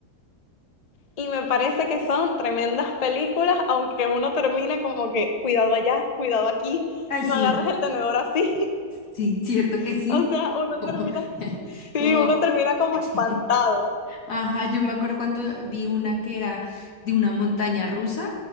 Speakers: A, on the left; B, on the left.
A: Y me parece que son tremendas películas, aunque uno termina como que, cuidado allá, cuidado aquí,
B: Ay,
A: no
B: sí,
A: agarres el tenedor así. <laughs>
B: sí, cierto que sí.
A: O sea, uno
B: <laughs> Como,
A: termina,
B: <laughs>
A: sí,
B: como
A: uno termina como
B: <laughs>
A: espantado.
B: Ajá, yo me acuerdo cuando vi una que era de una montaña rusa.